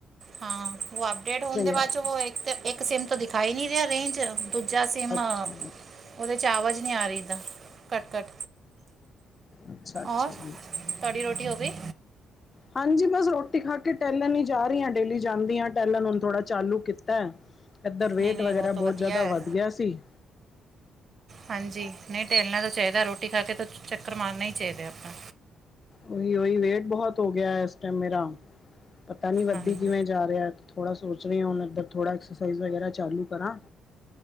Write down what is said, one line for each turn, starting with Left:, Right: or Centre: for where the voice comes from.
Right: ਹਾਂ ਓ ਅਪਡੇਟ ਹੋਣ ਦੇ ਬਾ
Left: ਆ ਰਿਹਾ।
Right: ਚ ਓ ਇੱਕ ਸੇਮ ਤੋਂ ਦਿਖਾ ਈ ਨੀ ਰੇ ਰੇਂਜ ਦੂਜਾ ਸਿਮ,
Left: ਅੱਛਾ
Right: ਓਦੇ ਚ ਆਵਾਜ਼ ਨਹਈ ਆ ਰਈ ਦਾਂ ਕੱਟ-ਕੱਟ
Left: ਅੱਛਾ ਅੱਛਾ
Right: ਔਰ,
Left: ਜੀ
Right: ਤਵਾਡੀ ਰੋਟੀ ਹੋ ਗਈ?
Left: ਹਾਂਜੀ, ਬਸ ਰੋਟੀ ਖਾਕੇ ਟੈਲਣ ਹੀ ਜਾ ਰਹੀ ਆਂ, ਡੇਲੀ ਜਾਂਦੀ ਆ ਟੈਲਣ, ਹੁਣ ਥੋੜ੍ਹਾ ਚਾਲੂ ਕੀਤਾ। ਏਧਰ ਵੇਟ
Right: ਨਹੀਂ ਨਹੀਂ
Left: ਵਗੈਰਾ,
Right: ਉਹ
Left: ਬਹੁਤ
Right: ਤਾਂ ਵਧੀਆ
Left: ਜਿਆਦਾ
Right: ਹੈ
Left: ਵੱਧ ਗਿਆ ਸੀ।
Right: ਹਾਂਜੀ, ਨਹੀਂ ਟੈਲਣਾ ਤਾਂ ਚਾਹੀਦਾ, ਰੋਟੀ ਖਾਕੇ ਤਾ ਚੱਕਰ ਮਾਰਨਾ ਹੀ ਚਾਹੀਦਾ ਅਪਨਾ।
Left: ਓਹੀ-ਓਹੀ ਵੇਟ ਬਹੁਤ ਹੋਗਿਆ ਇਸ ਟਾਈਮ ਮੇਰਾ, ਪਤਾ ਨੀ ਵੱਧੀ
Right: ਹਾਂਜੀ
Left: ਕਿਵੇਂ ਜਾ ਰਿਹਾ। ਥੋੜਾ ਸੋਚ ਰਹੀਂ ਆਂ, ਹੁਣ ਇੱਧਰ ਥੋੜਾ ਐਕਰਸਾਈਜ਼ ਵਗੈਰਾ ਚਾਲੂ ਕਰਾਂ।